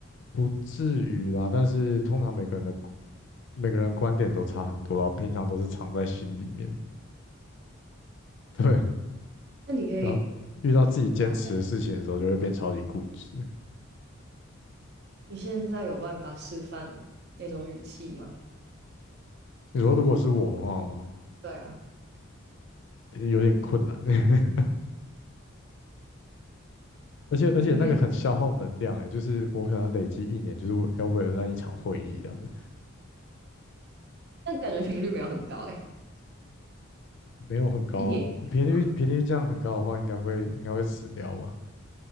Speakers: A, on the left; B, on the right.
A: 不至于啦，但是通常每个人的每个人的观点都差很多啦，平常都是藏在心里面，对。
B: 那你可以
A: 然后遇到自己坚持的事情的时候，
B: 大概，
A: 就会变超级固执。
B: 你现在有办法示范那种语气吗？
A: 你说如果是我的话吗？
B: 对啊，
A: 有点困难，<laughs> 而且而且那个很消耗能量哎，
B: 你可以，
A: 就是我可能累积一年，就是要为了那一场会议这样子，
B: 但感觉频率没有很高哎，
A: 没有很高啊，
B: 一年一次吗？
A: 频率频率这样很高的话，应该会应该会死掉吧，